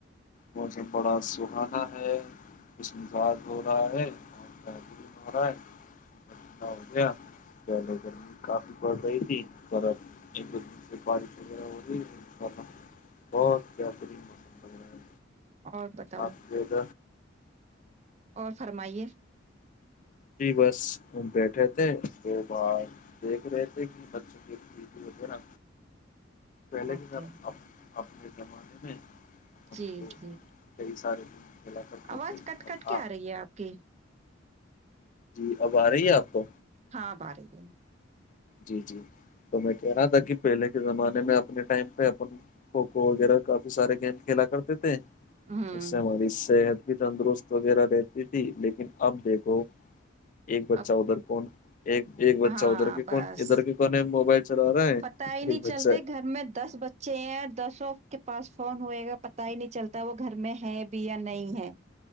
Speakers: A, on the left; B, on the right.
A: بت ہی بڑا دحانا ہے کش مزاج ہو رہا ہے اور ہو رہا ہےٹنڈا ہو گیا پہلے گرمی کافی پڑ رہی تھی گ ایک د سے بارش وغیرہ ہو رہی ان شاء اللہ بہت بہترین موسم بن رہ ہے
B: اور بتاؤ
A: بس یہد
B: اور فرمائیے
A: جی بس بیٹھے تھے دو بار دیکھ رہے تھے کہ بچوں کے پ وغیرہ پہلے
B: اوکے
A: کی س اب اپنے زمانے میں ہم
B: جی
A: کو
B: جی
A: کئی سارے گیم کھیلا کرتے
B: آواز
A: تھے
B: کٹ
A: اب
B: کٹ کے آ رہی ہے آپ کی
A: جی اب آ رہی ہے آپ کو
B: ہاں اب آرہی ہے
A: جی جی تو میں کہہ رہا تھا کہ پہلے کے زمانے میں اپنے ٹائم پہ اپن کھوکھو وغیرہ کافی سارے گیم کھیلا کرتے تھے
B: ہوں
A: اس سے ہماری سےح تندرست وغیرہ رہتی تھی لیکن اب دیکھو ایک
B: اب
A: بچہ ادھر کون ایک ایک بچہ
B: ہاں
A: ادھر کے کون
B: بس
A: ادھر کے کونے میں موبائل چلا رہا ہے
B: پت ہی
A: ایک
B: نہیں
A: بچہ
B: چلتے گھر میں دس بچے ہیں دسوں کے پاس فون ہوئےا پتا ہی نہیں چلتا وہ گھر میں ہے بھی یا نہیں ہے